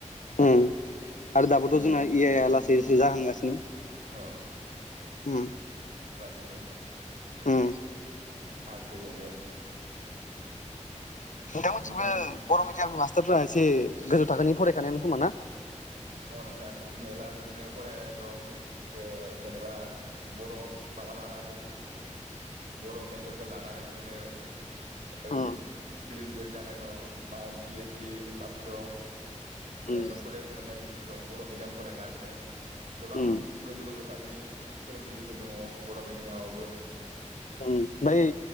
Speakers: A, on the left (about 75°); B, on the right (about 80°).
A: आरो दाबोथ
B: मोजां
A: जोंना ए आइया
B: उम
A: लासै लासै जाहांगासिनो।
B: औ बिदिनो
A: उम
B: आसथेयैनो
A: नोंथांमोनथिंबो
B: ओमफ्राय
A: बर' मिडियामनि मास रफ्रा एसे गोजौ थाखोनि फरायखानायानो खोमा ना?
B: औ नोथां मेलला बिदिनो फरायनाय दं ओ जेनेबा बर' माबा लानानै बर' मेजरफोर लानानै बिदिनो ओग
A: उम
B: ग्रेजुवेट जानाय दं मा पि ओइस डि पास दं जेनबा
A: उम
B: डक्टरेत मोननाय बि दं बर' मिडियाम फरायनानैनो गोबां
A: उम
B: गोजौ गोजौ थाख नि फोरोंगिरिफोर दङ बर' मिडियामावबो।
A: ओमफाय